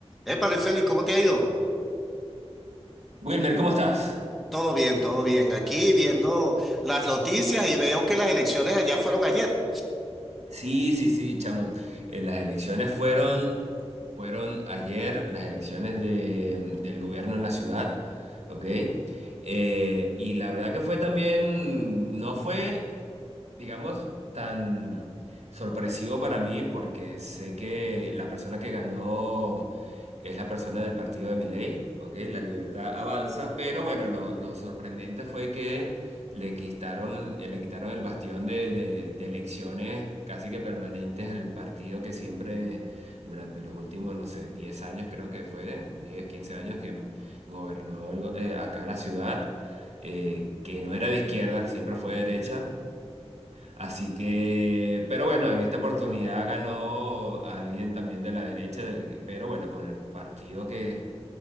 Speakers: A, in the centre; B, on the right (about 85°).
A: Épale, Félix, ¿cómo te ha ido?
B: Wilmer, ¿cómo estás?
A: Todo bien, todo bien. Aquí viendo las noticias y veo que las elecciones allá fueron ayer.
B: Sí, sí, sí, chamo. Eh, las elecciones fueron, fueron ayer, las elecciones de, del gobierno en la ciudad, ¿ok? Eh, y la verdad que fue también, no fue. digamos, tan sorpresivo para mí porque sé que la persona que ganó es la persona del partido de Milei, ¿ok? La libertad avanza, pero bueno, lo, lo sorprendente fue que le quitaron, eh, le quitaron el bastión de, de- de elecciones casi que permanentes al partido que siempre durante los últimos, no sé, 10 años creo que fue, 10 15 años que gobernó el go- eh, acá la ciudad. eh, que no era de izquierda, siempre fue de derecha, Así que, pero bueno, en esta oportunidad ganó alguien también de la derecha, de- pero bueno, con el partido que